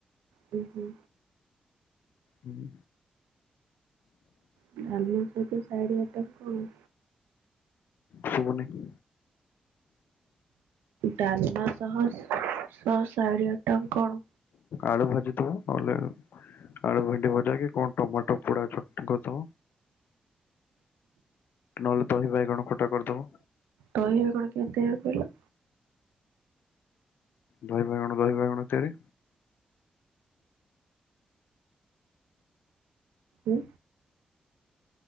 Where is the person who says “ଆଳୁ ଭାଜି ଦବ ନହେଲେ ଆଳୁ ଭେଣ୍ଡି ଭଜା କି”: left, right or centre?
Left